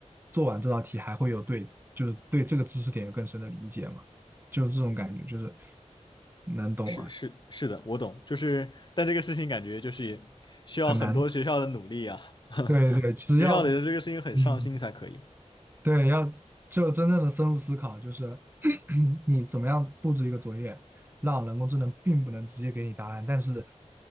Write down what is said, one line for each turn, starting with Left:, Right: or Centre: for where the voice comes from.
Right: 做完这道题还会有对，就是对这个知识点有更深的理解嘛，就是这种感觉，就是能懂吗？
Left: 是是是的，我懂，就是但这个事情感觉就是需要很多学校的努力啊，
Right: 很难。
Left: <laughs>
Right: 对对，只要，
Left: 学校得对这个事情很上心才可以。
Right: 嗯，对，要就真正的深入思考，就是 <coughs> <clears throat> 你怎么样布置一个作业，让人工智能并不能直接给你答案，但是